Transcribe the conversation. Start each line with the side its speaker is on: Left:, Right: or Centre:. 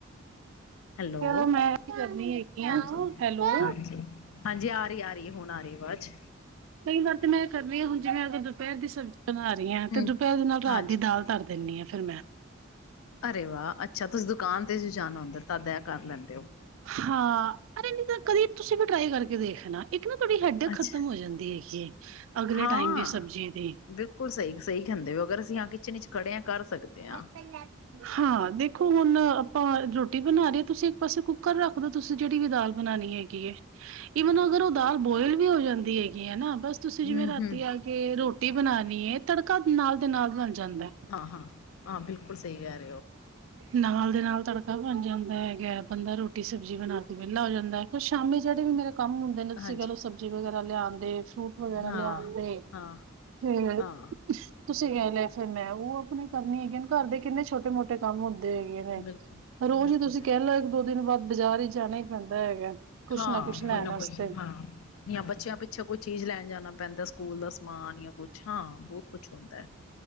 Left: ਹੈਲੋ
Right: ਚਲੋ ਮੈਂ ਕਰਨੀ ਐਗੀ ਆ।
Left: ਹਾਂਜੀ
Right: ਹੈਲੋ।
Left: ਹਾਂਜੀ ਹਾਂਜੀ ਆ ਰਹੀ ਆ ਰਹੀ ਹੁਣ ਆ ਰਹੀ ਆਵਾਜ਼।
Right: ਕਈ ਗੱਲ ਤਾਂ ਮੈਂ ਕਰ ਰਹੀ ਆ ਹੁਣ ਜਿਵੇਂ ਅਗਰ ਦੁਪਹਿਰ ਦੀ ਸਬਜੀ ਬਣਾ ਰਹੀ ਆ
Left: ਹਮ
Right: ਤੇ ਦੁਪਹਿਰ ਦੇ ਨਾਲ ਰਾਤ
Left: ਹਾਂਜੀ
Right: ਦੀ ਦਾਲ ਧਰ ਦਿੰਨੀ ਆ ਫਿਰ ਮੈਂ।
Left: ਅਰੇ ਵਾਹ ਅੱਛਾ ਤੁਸੀ ਦੁਕਾਨ ਤੇ ਜੋ ਜਾਣਾ ਹੁੰਦੇ ਤਦ ਐ ਕਰ ਲੈਦੇ।
Right: ਹਾਂ, ਅਰੇ ਨਹੀਂ ਤਾਂ ਕਦੀ ਤੁਸੀਂ ਵੀ ਟਰਾਈ ਕਰਕੇ ਦੇਖਣਾ। ਇੱਕ ਨਾ ਤੁਹਾਡੀ ਹੈੱਡਕ
Left: ਅੱਛਾ,
Right: ਖ਼ਤਮ ਹੋ ਜਾਂਦੀ ਹੈਗੀ ਏ, ਅਗਲੇ
Left: ਹਾਂ।
Right: ਟਾਈਮ ਦੀ ਸਬਜ਼ੀ ਦੀ।
Left: ਬਿਲਕੁਲ ਸਹੀ ਸਹੀ ਖਦੇ ਹੋ ਅਗਰ ਅਸੀਂ ਹਾਂ ਕਿਚਨ 'ਚ ਖੜੇ ਆ ਕਰ ਸਕਦੇ। ਹਾਂ।
Right: ਆਪਾਂ ਹਾਂ ਦੇਖੋ ਹੁਣ ਆਪਾਂ ਰੋਟੀ ਬਣਾ ਰਹੇ ਆ ਤੁਸੀਂ ਇੱਕ ਪਾਸੇ ਕੁੱਕਰ ਰੱਖਦੋ ਤੁਸੀਂ ਜਿਹੜੀ ਵੀ ਦਾਲ ਬਣਾਣੀ ਏ। ਗੀ ਈਵਨ ਅਗਰ ਉਹ ਦਾਲ ਬੋਇਲ ਵੀ ਹੋ ਜਾਂਦੀ ਹੈਗੀ ਹੈ ਨਾ ਬਸ ਤੁਸੀਂ
Left: ਹੂੰ,
Right: ਜਿਵੇਂ ਰਾਤੀ
Left: ਹੂੰ,
Right: ਆ ਕੇ ਰੋਟੀ ਬਣਾਣੀ ਏ ਤੜਕਾ ਨਾਲ ਦੇ ਨਾਲ ਬਣ ਜਾਂਦਾ।
Left: ਹਾਂ ਹਾਂ, ਹਾਂ ਬਿਲ ਉਹ ਸਹੀ ਯਾਰ
Right: ਨਾਲ ਦੇ ਨਾਲ ਤੜ ਬਣ ਜਾਂਦਾ ਹੈਗਾ ਬੰਦਾ ਰੋਟੀ ਸਬਜ਼ੀ ਬਣਾ ਕੇ ਵਿਹਲਾ ਹੋ ਜਾਂਦਾ ਹੈ ਫਿਰ ਸ਼ਾਮੀ ਜਿਹੜੇ ਵੀ ਮੇਰੇ ਕੰਮ ਹੁੰ ਦਿਨ ਤੁਸੀ
Left: ਹਾਂਜੀ,
Right: ਕਹਿਲੋ ਸਬਜ਼ੀ ਵਗੈਰਾ ਲਿਆਦੇ ਫਰੂਟ ਵਗੈਰਾ
Left: ਹਾਂ।
Right: ਲਿਆ ਤੇ,
Left: ਹਾਂ,
Right: ਫਿਰ
Left: ਹਾਂ
Right: ਤੁਸੀਂ ਕਹਿ ਲਿਆ ਫਿਰ ਮੈਂ ਉਹ ਆਪਣੇ ਕਰਨੀ ਹੈਗੀ ਘਰ ਦੇ ਕਿੰਨੇ ਛੋਟੇ-ਮੋਟੇ ਟੇ ਕੰਮ ਹੁੰਦੇ ਹੈਗੇ ਨੇ,
Left: ਬਿਲਕੁਲ,
Right: ਰੋਜ਼
Left: ਬਿਲਕੁਲ
Right: ਹੀ ਤੁਸੀਂ
Left: ਸਹੀ
Right: ਕਹਿ ਲਓ ਦੋ ਦਿਨ ਬਾਅਦ ਬਾਜ਼ਾਰ ਹੀ ਜਾਣਾ ਹੀ ਪੈਂਦਾ ਹੈਗਾ। ਕੁਛ
Left: ਹਾਂ
Right: ਨਾ ਕੁਛ ਲੈਣ
Left: ਕੋਈ ਨਾ
Right: ਵਾਸਤੇ,
Left: ਕੋਈ ਹਾਂ। ਜਾਂ ਬੱਚਿਆਂ ਪਿੱਛੇ ਕੋਈ ਚੀਜ਼ ਲੈਣ ਜਾਣਾ ਪੈਂਦਾ ਸਕੂਲ ਦਾ ਸਮਾਨ ਜਾਂ ਕੁਛ ਹਾਂ ਬਹੁਤ ਕੁਛ ਹੁੰਦਾ।